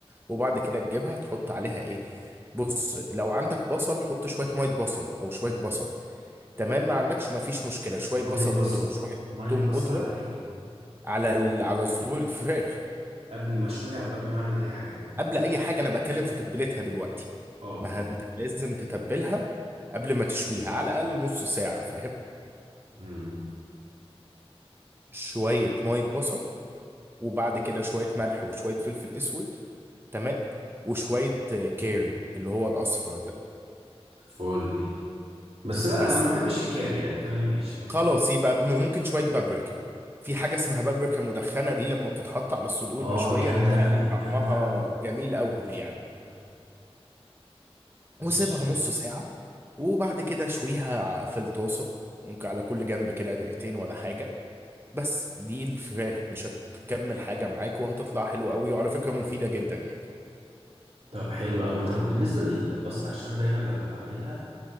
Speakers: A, on the right (about 20°); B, on the right (about 75°).
A: وبعد كده تجيبها تحط عليها ايه بص لو عندك بصل حط شوية مية بصل او شوية بصل تمام ما عندكش ما فيش مشكلة شوية بصل
B: ميه بصل
A: بودرة وشوية
B: ميه
A: توم
B: بصل
A: بودرة
B: على ايه
A: على ال... على صدور الفراخ
B: قبل ما اشويها او قبل ما اعمل اي حاجه
A: قبل اي حاجة انا بكلم في تتبيلتها دلوقتي
B: اه
A: ما انت لازم تتبلها قبل ما تشويها على الاقل نص ساعة فاهم
B: امم
A: شوية مية بصل وبعد كده شوية ملح وشوية فلفل اسود تمام وشوية آه، كاري اللي هو الأصفر ده
B: فل بس لا
A: بس
B: انا ما بحبش الكاري يعني تمام ماشي كمل
A: خلاص يبقى ب- ممكن شوية بابريكا في حاجة اسمها بابريكا مدخنة دي لما بتتحط على الصدور
B: اه
A: المشوية
B: جامده
A: بتخلي
B: قوي
A: طعمها
B: جامده قوي
A: جميل قوي يعني
B: اه جامده ماشي
A: وسيبها
B: كمل
A: نص ساعة وبعد كده شويها ع- في الطاسة ممكن على كل جنب كده دقيقتين ولا حاجة بس دي الفراخ مش هتكمل حاجة معاك وهتطلع حلوة قوي وعلى فكرة مفيدة جدا يعني
B: طب حلو قوي طب بالنسبه للباستا عشان انا دايما لما بعملها